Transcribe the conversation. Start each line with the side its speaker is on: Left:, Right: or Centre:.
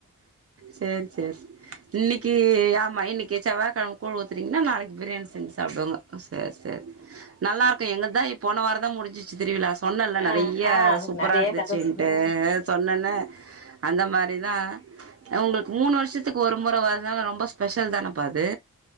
Right: சேரி சேரி இன்னைக்கு ஆமா இன்னைக்கு செவ்வா கிழம கூல் ஊத்துறீங்ன்னா நாளைக்கு பிரியாணி செஞ்சு சாப்படுவாங்க சரி சரி நல்லா இருக்கும் எங்கதான் இப்ப போன வாரம் தான் முடிஞ்சுரு திருவிழா சொன்னேன்னல நா
Left: ஆ
Right: நிறைய
Left: ஆ
Right: சூப்பராக
Left: நெறைய
Right: இருந்துச்சுட்டு
Left: கத சொன்னீங்க
Right: சொன்னேன்ன அந்த மாதிரி தான் உங்களுக்கு மூணு வருஷத்துக்கு ஒரு முறை வருதுனால ரொம்ப ஸ்பெஷல் தானப்பா அது